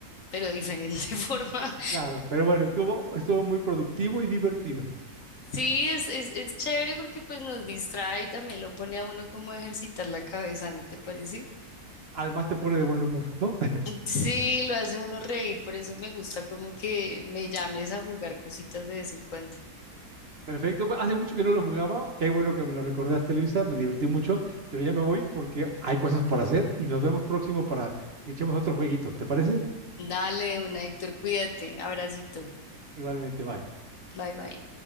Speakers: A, on the left; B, on the right.
A: pero de diferente <laughs> forma.
B: Claro, pero bueno, estuvo, estuvo muy productivo y divertido.
A: Sí, es, es, es chévere porque pues nos distrae y también lo pone a uno como a ejercitar la cabeza, ¿no te parece?
B: Además te pone de buen humor, ¿no?
A: Sí, lo hace uno reír, por eso me gusta como que me llames a jugar cositas de vez en cuando.
B: Perfecto, pues, hace mucho que no lo jugaba, qué bueno que me lo recordaste, Luisa, me divertí mucho, pero ya me voy porque hay cosas por hacer y nos vemos próximo para que echemos otro jueguito, ¿te parece?
A: Dale, una Héctor, cuídate. Abracito.
B: Igualmente, bye.
A: Bye bye.